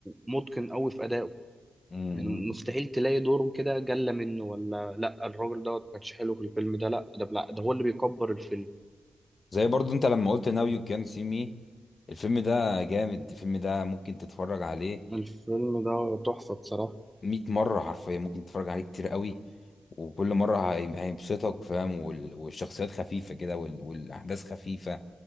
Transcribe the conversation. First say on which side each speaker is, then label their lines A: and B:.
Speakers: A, in the centre; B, on the left (about 55°).
A: ومتقن قوي في ادائه
B: امم
A: يعني مستحيل تلاقي دوره كده جلة منه ولا لا الراجل دوت ما كانش حلو في الفيلم ده لا ده بلا ده هو اللي بيكبر الفيلم
B: زي برضو انت لما قلت ناو يو كان سي مي الفيلم ده جامد الفيلم ده ممكن تتفرج عليه
A: الفيلم ده تحفة بصراحة
B: 100 مرة حرفيا ممكن تتفرج عليه كتير قوي وكل مرة هي- هيبسطك فاهم وال- والشخصيات خفيفة كده وال- والأحداث خفيفة